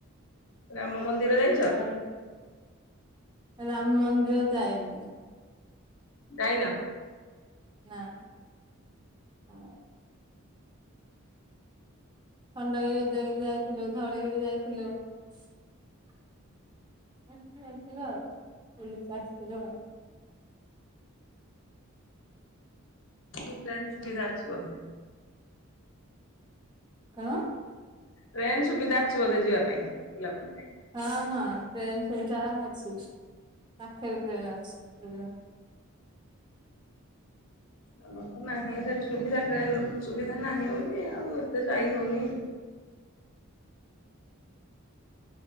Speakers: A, on the left; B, on the right.
A: ରାମ ମନ୍ଦିର ଯାଇଛ?
B: କୁଆଡେ ରାମ ମନ୍ଦିର ଯାଇନି।
A: ଯାଇନ?
B: ନାଁ ହଁ । ଖଣ୍ଡଗିରି, ଉଦୟଗିରି ଯାଇଥିଲୁ ଧଉଳିିଗିରି ଯାଇଥିଲୁ । ଏମିତି ଯାଇଥିଲୁ ଆଉ ବୁଲିକି ଆସିଥିଲୁ ଆଉ।
A: । କିନ୍ତୁ ଟ୍ରେନ ସୁବିଧା ଅଛି ବୋଧେ?
B: କଣ?
A: ଟ୍ରେନ ସୁବିଧା ଅଛି ବୋଧେ ଯିବା ପାଇଁ ବୁଲା ବୁଲି ପାଇଁ ।
B: ହଁ ହଁ ଟ୍ରେନ ସୁବିଧା ଅଛି । ପାଖରେ ଟ୍ରେନ୍ ଅଛି ସୁବିଧା।
A: ଆମର ତ ନାହିଁ ସେ ସୁବିଧା ଟ୍ରେନ ସୁବିଧା ନାହିଁ ବୋଲି ଆଉ ଏତେ ଯାଇ ହଉନି ।।